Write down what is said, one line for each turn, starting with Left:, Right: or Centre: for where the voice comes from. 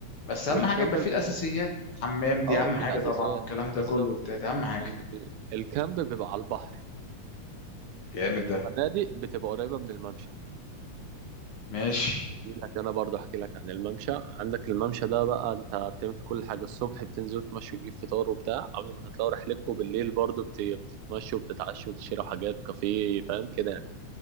Left: بس اهم
Right: والكامب
Left: حاجه يبقى فيه الاساسيات حمام دي
Right: اه
Left: اهم
Right: في
Left: حاجه
Right: الاساسيات
Left: طبعا والكلام ده
Right: بالظبط
Left: كله بتاعت اهم حاجه
Right: ال... الكامب بيبقى على البحر
Left: جامد
Right: الفنادق
Left: ده
Right: بتبقى قريبه من الممشى
Left: ماشي
Right: احكي لك انا برضه احكي لك عن الممشى عندك الممشى ده بقى انت بتعمل في كل حاجه الصبح بتنزل تمشي وتجيب فطار وبتاع قبل ما تطلعوا رحلتكم بالليل برضه بت- بتتمشوا وبتتعشوا وتشتروا حاجات كافيه فاهم كده يعني